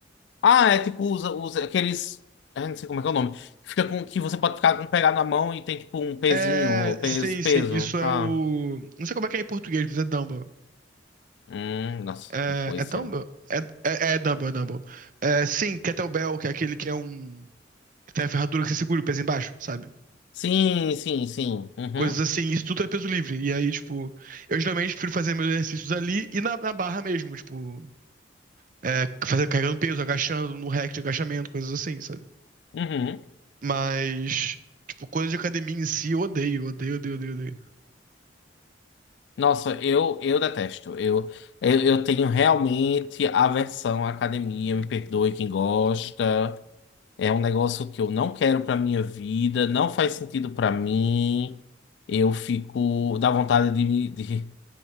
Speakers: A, on the left (about 65°); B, on the right (about 45°).
A: Ah, é tipo usa, usa aqueles. Eu não sei como é que é o nome. que Fica com, que você pode ficar com pegar na mão e tem tipo um pezinho,
B: É,
A: ou peso,
B: sim, sim,
A: peso,
B: isso é
A: tá?
B: o. Não sei como é que é em português, mas é Dumble.
A: Hum, nossa,
B: É,
A: não conhecia
B: é Dumble?
A: não.
B: É, é, é Dumble, é Dumble. É, sim, Kettlebell, que é aquele que é um. que tem a ferradura que você segura o peso embaixo, sabe?
A: Sim, sim, sim. Uhum,
B: Coisas assim, isso tudo é peso livre. E aí, tipo, eu geralmente prefiro fazer meus exercícios ali e na, na barra mesmo, tipo, é, fazer, carregando peso, agachando, no rack de agachamento, coisas assim, sabe?
A: uhum.
B: Mas, tipo, coisa de academia em si, eu odeio, odeio, odeio, odeio, odeio.
A: Nossa, eu, eu detesto. Eu, eu, eu tenho realmente aversão à academia, me perdoe quem gosta. É um negócio que eu não quero pra minha vida, não faz sentido pra mim. Eu fico, dá vontade de me, de,